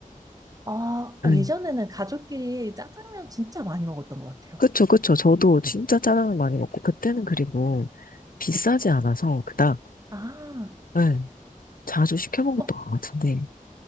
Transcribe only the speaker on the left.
음.
그쵸, 그쵸. 저도 진짜 짜장면 많이 먹고 그때는 그리고 비싸지 않아서 그닥
네, 자주 시켜 먹었던
것 같은데